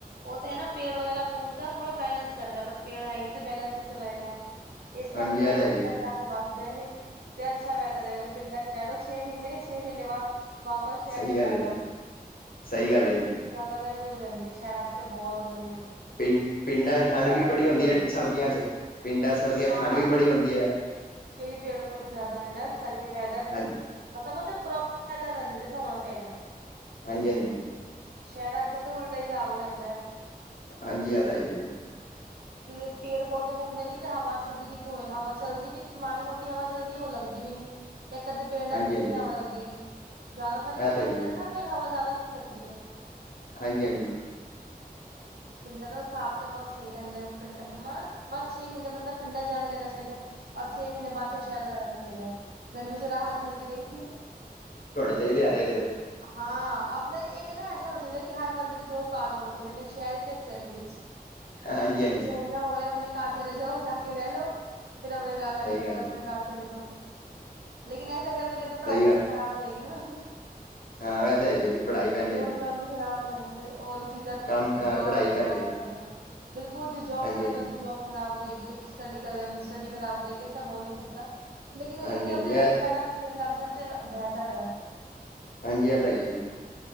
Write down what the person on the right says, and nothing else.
ਓ ਤੇ ਨਾ ਪੇੜ ਵਗੈਰਾ ਹੋਨ ਤਾਂ ਥੋੜਾ ਬੈਲੈਂਸ ਰੈਂਦੈ ਬਟ ਪੇੜ ਹੈ ਈ ਨਈ ਤੇ ਬੈਲੈਂਸ ਕਿੱਥੋਂ ਰਏਗਾ। ਇਸ ਟਾਈਮ
ਤੇ ਬੰਦਾ
ਪਿੰਡਾ
ਚ ਜਾ ਵੱਸ ਜਾਏ, ਤੇ ਅੱਛਾ ਵੈਦਰ ਹੈਗੈ, ਪਿੰਡਾਂ ਇੱਚ ਰੈ ਲੋ, ਛੇ ਮੀਨੇ-ਛੇ ਮੀਨੇ ਬਾਦ ਵਾਪਸ ਸ਼ਹਰ
ਹੀ
ਜਾ ਆ
ਜਾਓ
ਜ਼ਿਆਦਾ ਗਰਮੀ ਹੋ ਜਾਂਦੀ ਸ਼ਹਿਰਾ ਚ ਤੇ ਬਹੁਤ ਗਰਮੀ ਹੋ ਜਾਂਦੀ ਹੈ
ਇਸ ਚੀਜ਼
ਦਾ ਫਾਇਦਾ
ਰਹਿੰਦਾ
ਪਿੰਡਾਂ
ਹਾਂ
ਕਿਉਂਕਿ ਪੇੜ ਪੌਦੇ ਜ਼ਾਦਾ ਨੇ ਨਾ ਇਸ ਕਰਕੇ ਵੈਦਰ
ਮਤਲਬ ਉਥੇ ਪ੍ਰੋ <unintelligible> ਰਹਿੰ ਜ ਹੋਣਾ ਚਾਹੀਦਾ
ਸ਼ਹਿਰਾ ਚ ਤਾਂ ਉਲਟਾ ਸਾਬ ਹੋ ਜਾਂਦੇ
ਜ ਪੇੜ ਪੌਦੇ ਹੁੰਦੇ ਨੀ ਤੇ ਹਵਾ ਸ਼ੁੱਧ ਕਿੱਥੋਂ ਹੋਏ ਹਵਾ ਚਲਦੀ ਵੀ ਨ ਮਾੜੀ ਮੋਟੀ ਹਵਾ ਚੱਲਦੀ ਹੈ ਉਹ ਲੱਗਦੀ ਵੀ ਨੀ ਇਹ ਕਦੇ ਪੇੜ ਨਾਲ
ਕਿਤਨੀ
ਹਵਾ ਲੱਗੇਗੀ ਜ਼ਾਦਾ ਸਾਰੇ
ਪੇੜ
ਹੁੰਦੇ
ਨੇ ਨਾ ਫੇਿਰ ਹਵਾ ਜ਼ਾਦਾ ਅੱਛੀ ਲੱਗਦੀ ਏ
ਪਿੰਡਾਂ ਦਾ ਹਿਸਾਬ ਤਾ ਬੋਤ ਸਈ ਰੈਂਦੈ, ਪਿੰਡਾ ਬਸ ਛੇ ਮੀਨੇ ਬੰਦਾ ਪਿੰਡਾਂ ਜਾ ਕੇ ਰੈਨਾ ਚਾਹੀਦੈ। ਔਰ ਛੇ ਮੀਨੇ ਬਾਦ ਫੇਰ ਸ਼ੈਰਾਂ ਚਾਹੀਦੈ, ਗਰਮੀ ਚ ਰਾਹਤ ਮਿਲਦੀ ਰੈਂਦੀ ਏ।
ਹਾਂ, ਆਪਨਾ ਇੱਕ ਨਾ ਐਸਾ ਹੋਨਾ ਚਾਹੀਦਾ ਏ ਕਿ ਹਰ ਬੰਦੇ ਦੇ ਦੋ ਘਰ ਹੋਨੇ ਚਾਹੀਦੇ ਨੇ, ਇੱਕ ਸ਼ੈਰ ਇੱਚ ਇੱਕ ਪਿੰਡ ਇੱਚ,
ਕੋਈ ਹੋਏ ਨਾ ਹੋਏ, ਆਪਣੇ ਘਰ ਚਲੇ ਜਾਓ, ਜਾ ਕੇ ਰੈ ਲੋ। ਫਿਰ ਆਪਣੇ ਘਰ ਆ
ਜਾਓ ਫਿਰ
ਆਪਣੇ
ਘਰ ਚਲੇ ਜੋ ਲੇਕਿਨ ਐਸਾ ਕਰਦੇ ਕਰਦੇ ਪੜ੍ਹਾਈ
ਵੀ
ਤਾਂ ਖਰਾਬ ਹੋ ਜਾਏਗੀ ਨਾ
ਹੋਰ
ਕੰਮ ਵੀ ਖ਼ਰਾਬ ਹੋ ਜਾਣਗੇ ਹੋਰ ਵੀ ਚੀਜ਼ਾਂ
ਜੋਬ
ਹੈ ਜੋਬ
ਕਰਦੇ ਨੇ ਬਿਲਕੁਲ ਜੇ ਜੋਬ
ਕਰਦੇ
ਜੋਬ ਖ਼ਰਾਬ ਹੋ ਜਾਏਗੀ ਜੋ ਸਟੱਡੀ ਕਰਦੇ ਸਟੱਡੀ ਖਰਾਬ ਹੋ ਜਾਏਗੀ ਐਸਾ ਹੋ ਨਹੀਂ ਸਕਦਾ ਲੇਕਿਨ ਉ ਇ
ਏ ਨਾ ਕਿ
ਆਪਣੇ
ਸ਼ਹਿਰਾਂ ਚ ਪੀੜ ਲੱਗ ਜਾਣ ਤੇ ਬਿਹਤਰ ਏ